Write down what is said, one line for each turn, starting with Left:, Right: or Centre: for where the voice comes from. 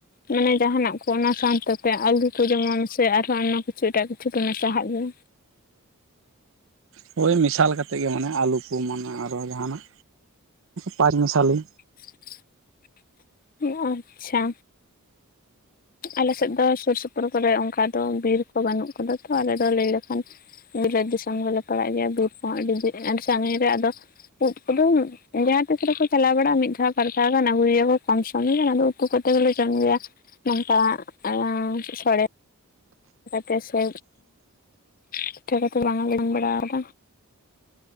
Left: ᱢᱟᱱᱮ ᱡᱟᱦᱱᱟᱜ ᱠᱚ ᱚᱱᱟ ᱥᱟᱶᱛᱮᱯᱮ ᱟᱹᱞᱩ ᱠᱚ ᱡᱮᱢᱚᱱ ᱥᱮ ᱟᱨᱦᱚᱸ ᱟᱭᱢᱟ ᱠᱤᱪᱷᱩ ᱮᱴᱟᱜ ᱠᱤᱪᱷᱩ ᱠᱚ ᱢᱮᱥᱟᱦᱟᱜ ᱜᱮᱭᱟ?
Right: ᱦᱳᱭ ᱢᱮᱥᱟ ᱞᱮᱠᱟ ᱛᱮ ᱜᱮ ᱢᱟᱱᱮ ᱟᱹᱞᱩ ᱠᱚ ᱢᱟᱱᱮ ᱟᱨᱚ ᱡᱟᱦᱟᱱᱟᱜ ᱯᱟᱸᱪ ᱢᱮᱥᱟᱞᱤ᱾
Left: <unintelligible> ᱦᱮᱸ ᱟᱪᱪᱷᱟ᱾ ᱟᱞᱮ ᱥᱮᱫ ᱫᱚ ᱥᱩᱨ ᱥᱩᱯᱩᱨ ᱠᱚᱨᱮ ᱚᱱᱠᱟ ᱫᱚ ᱵᱤᱨ ᱠᱚ ᱵᱟᱹᱱᱩᱜ ᱟᱠᱟᱫᱟ ᱛᱚ ᱟᱞᱮ ᱫᱚ ᱞᱟᱹᱭ ᱞᱮᱠᱷᱟᱱ ᱵᱤᱞᱟᱹᱛ ᱫᱤᱥᱚᱢ ᱨᱮᱞᱮ ᱯᱟᱲᱟᱜ ᱜᱮᱭᱟ ᱵᱤᱨ ᱠᱚᱦᱚᱸ ᱟᱹᱰᱤ ᱵᱤᱨᱟᱱ ᱥᱟᱹᱜᱤᱧ ᱨᱮ ᱟᱫᱚ ᱩᱫ ᱠᱚᱫᱚ ᱡᱟᱦᱟᱸ ᱛᱤᱥ ᱨᱮᱠᱚ ᱪᱟᱞᱟᱣ ᱵᱟᱲᱟᱜᱼᱟ ᱢᱤᱫ ᱫᱷᱟᱣ ᱵᱟᱨ ᱫᱷᱟᱣ ᱜᱟᱱ ᱟᱹᱜᱩᱭ ᱦᱩᱭᱩᱜᱭᱟ ᱠᱚᱢ ᱥᱚᱢ ᱜᱟᱱ ᱟᱫᱚ ᱩᱛᱩ ᱠᱟᱛᱮ ᱜᱮᱞᱮ ᱡᱚᱢ ᱜᱮᱭᱟ᱾ ᱱᱚᱝᱠᱟ ᱟᱸ ᱥᱚᱲᱮ᱾ ᱛᱮ ᱥᱮ ᱯᱤᱴᱷᱟᱹ ᱠᱟᱛᱮ ᱵᱟᱝ ᱞᱮ ᱡᱚᱢ ᱵᱟᱲᱟ ᱠᱟᱫᱟ᱾